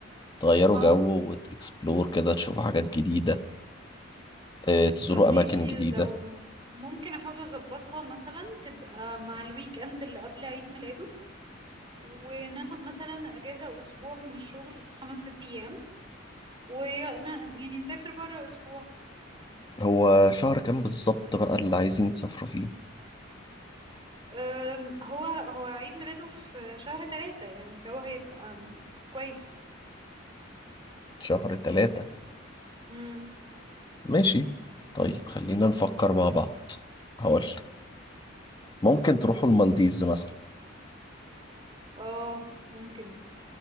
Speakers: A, on the left; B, on the right.
A: تغيروا
B: اه
A: جو وتكسبلور كده تشوفوا حاجات جديدة آه، تزوروا
B: طب ماشي
A: أماكن جديدة
B: لو ممكن احاول اظبطها مثلا تبقى مع الويك اند اللي قبل عيد ميلاده وناخد مثلا اجازة اسبوع من الشغل خمس ست ايام ويعني يعني نسافر بره اسبوع
A: هو شهر كام بالظبط بقى اللي عايزين تسافروا فيه
B: أم، هو هو عيد ميلاده في شهر ثلاثة يعني الجو هيبقى أم، كويس
A: شهر ثلاثة
B: امم
A: ماشي طيب خلينا نفكر مع بعض هقول ممكن تروحوا
B: امم
A: المالديفز مثلا
B: اه ممكن